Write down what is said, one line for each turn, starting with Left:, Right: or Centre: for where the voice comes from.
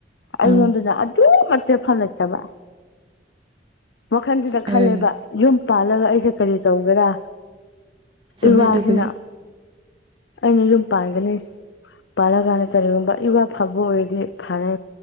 Left: ꯑꯩꯉꯣꯟꯗꯅ
Right: ꯎꯝ
Left: ꯑꯗꯨ ꯃꯆꯦꯠ ꯐꯥꯎ ꯂꯩꯇꯕ꯫ ꯋꯥꯈꯟꯁꯤꯗ
Right: ꯑꯦ
Left: ꯈꯜꯂꯦꯕ ꯌꯨꯝ ꯄꯥꯜꯂꯒ ꯑꯩꯁꯦ ꯀꯔꯤ ꯇꯧꯒꯦꯔꯥ꯫
Right: ꯆꯨꯝꯃꯦ
Left: ꯏꯋꯥꯁꯤꯅ
Right: ꯑꯗꯨꯕꯨꯗꯤ
Left: ꯑꯩꯅ ꯌꯨꯝ ꯄꯥꯟꯒꯅꯤ ꯄꯥꯜꯂ ꯀꯥꯟꯗ ꯀꯔꯤꯒꯨꯝꯕ ꯏꯋꯥ ꯐꯕ ꯑꯣꯏꯔꯗꯤ ꯐꯔꯦ